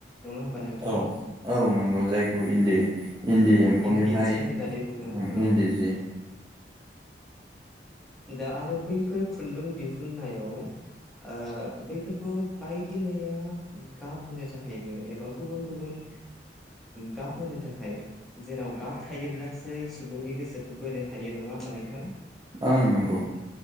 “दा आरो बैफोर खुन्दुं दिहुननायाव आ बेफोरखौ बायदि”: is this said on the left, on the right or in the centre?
Centre